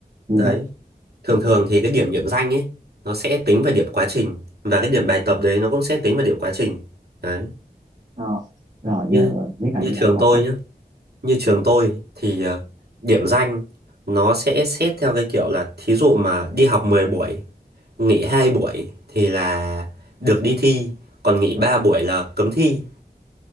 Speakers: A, on the right; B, on the right.
A: vậy
B: đấy,
A: đó
B: thường thường thì cái điểm điểm danh ấy nó sẽ tính vào điểm quá trình và cái điểm bài tập đấy nó cũng sẽ tính vào điểm quá trình. Đấy.
A: Ờ, rồi
B: Như
A: giờ biết là
B: như
A: với
B: trường
A: lại cột
B: tôi
A: đó
B: nhá, như trường tôi thì ờ, điểm danh nó sẽ xét theo cái kiểu là thí dụ mà đi học 10 buổi, nghỉ 2 buổi thì là được đi thi, còn nghỉ 3 buổi là cấm thi